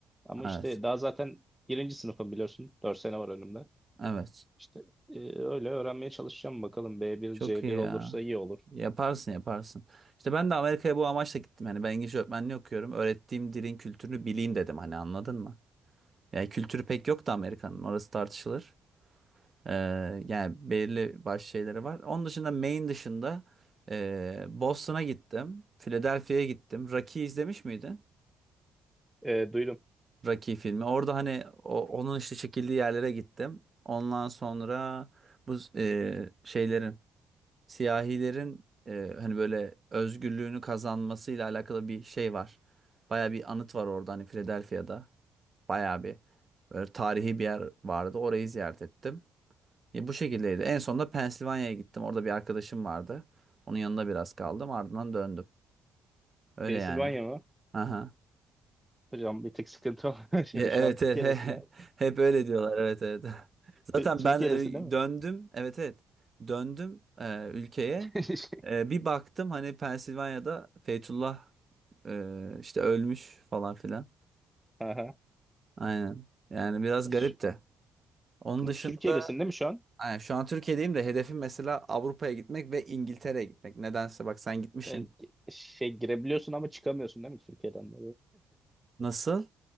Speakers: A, in the centre; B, on the right (about 40°).
A: Ama
B: Evet.
A: işte daha zaten birinci sınıfım biliyorsun. Dört sene var önümde.
B: Evet.
A: İşte e, öyle öğrenmeye çalışacağım bakalım. B1,
B: Çok
A: C1
B: iyi ya.
A: olursa iyi olur.
B: Yaparsın yaparsın. İşte ben de Amerika'ya bu amaçla gittim. Hani ben İngilizce öğretmenliği okuyorum. Öğrettiğim dilin kültürünü bileyim dedim. Hani anladın mı? Yani kültürü pek yok da Amerika'nın. Orası tartışılır. Ee, yani belirli başlı şeyleri var. Onun dışında Maine dışında e, Boston'a gittim. Philadelphia'ya gittim. Rocky izlemiş miydin?
A: E, duydum.
B: Rocky filmi. Orada hani o, onun işte çekildiği yerlere gittim. Ondan sonra bu e, şeylerin siyahilerin e, hani böyle özgürlüğünü kazanmasıyla alakalı bir şey var. Baya bir anıt var orada hani Philadelphia'da. Baya bir böyle tarihi bir yer vardı. Orayı ziyaret ettim. E, bu şekildeydi. En sonunda Pensilvanya'ya gittim. Orada bir arkadaşım vardı. Onun yanında biraz kaldım. Ardından döndüm. Öyle
A: Pensilvanya
B: yani.
A: mı?
B: Aha.
A: Hocam bir tık sıkıntı var. <laughs> Şu
B: Ya, Evet
A: şu an Türkiye'desine.
B: evet <laughs> he- he- hep öyle diyorlar evet evet. <laughs> Zaten
A: Türkiye'desin
B: ben e,
A: <laughs> değil mi?
B: döndüm evet evet döndüm e, ülkeye
A: <laughs>
B: E, bir baktım hani Pensilvanya'da Fethullah e, işte ölmüş falan filan.
A: Aha.
B: Aynen yani biraz garip
A: Şu-
B: de. Onun dışında
A: Türkiye'desin değil mi şu an?
B: aynen, şu an Türkiye'deyim de hedefim mesela Avrupa'ya gitmek ve İngiltere'ye gitmek. Nedense bak sen gitmişsin.
A: Yani ge- şey girebiliyorsun ama çıkamıyorsun değil mi Türkiye'den?
B: Nasıl?